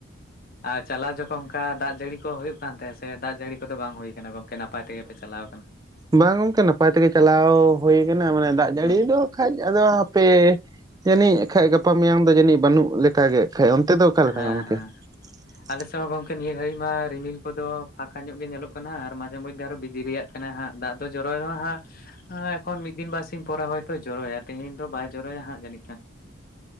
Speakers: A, on the left (about 50°); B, on the right (about 20°).
A: ᱟᱨ ᱪᱟᱞᱟᱣ ᱡᱚᱠᱷᱚᱱ ᱚᱱᱠᱟ ᱫᱟᱜ ᱡᱟᱹᱲᱤ ᱠᱚ ᱦᱩᱭᱩᱜ ᱠᱟᱱ ᱛᱟᱦᱮ ᱥᱮ ᱫᱟᱜ ᱡᱟᱹᱲᱤ ᱠᱚᱫᱚ ᱵᱟᱝ ᱦᱩᱭ ᱠᱟᱱᱟ ᱜᱚᱝᱠᱮ ᱱᱟᱯᱟᱭ ᱛᱮᱜᱮ ᱯᱮ ᱪᱟᱞᱟᱣ ᱠᱟᱱᱟ᱾
B: ᱵᱟᱝ ᱜᱚᱝᱠᱮ ᱱᱟᱯᱟᱭ ᱛᱮᱜᱮ ᱪᱟᱞᱟᱣ ᱦᱩᱭ ᱟᱠᱟᱱᱟ ᱢᱟᱱᱮ ᱫᱟᱜ ᱡᱟᱹᱲᱤ
A: ᱦᱩᱸ
B: ᱫᱚ ᱠᱷᱟᱡ ᱟᱫᱚ ᱯᱮ ᱡᱟᱹᱱᱤᱡ ᱠᱷᱟᱡ ᱜᱟᱯᱟ ᱢᱮᱭᱟᱝ ᱫᱚ ᱡᱟᱹᱱᱤᱡ ᱵᱟᱹᱱᱩᱜ ᱞᱮᱠᱟ ᱜᱮ ᱠᱷᱟᱡ ᱚᱱᱛᱮ ᱫᱚ ᱚᱠᱟᱞᱮᱠᱟ
A: ᱦᱮᱸ
B: ᱜᱚᱝᱠᱮ
A: ᱦᱮᱸ
B: <inaudible>
A: ᱟᱞᱮ ᱥᱮᱫ ᱦᱚᱸ ᱜᱚᱝᱠᱮ ᱱᱤᱭᱟᱹ ᱜᱷᱟᱹᱲᱤᱡ ᱢᱟ ᱨᱤᱢᱤᱞ ᱠᱚᱫᱚ ᱯᱷᱟᱸᱠᱟ ᱧᱚᱜ ᱜᱮ ᱧᱮᱞᱚᱜ ᱠᱟᱱᱟ, ᱟᱨ ᱢᱟᱡᱷᱮ ᱢᱚᱫᱽᱫᱷᱮ ᱟᱨᱚ ᱵᱤᱡᱽ ᱞᱤᱭᱟᱜ ᱠᱟᱱᱟ ᱦᱟᱸᱜ ᱫᱟᱜ ᱫᱚ ᱡᱚᱨᱚᱭ ᱨᱮᱦᱚᱸ ᱦᱟᱸᱜ᱾ ᱮᱠᱷᱚᱱ ᱢᱤᱫ ᱫᱤᱱ ᱵᱟᱨ ᱥᱤᱧ ᱯᱚᱨᱮ ᱦᱚᱭᱛᱳ ᱡᱚᱨᱚᱭᱟ ᱛᱤᱦᱤᱧ ᱫᱚ ᱵᱟᱭ ᱡᱚᱨᱚᱭᱟ ᱦᱟᱸᱜ ᱡᱟᱹᱱᱤᱡ ᱠᱷᱟᱱ᱾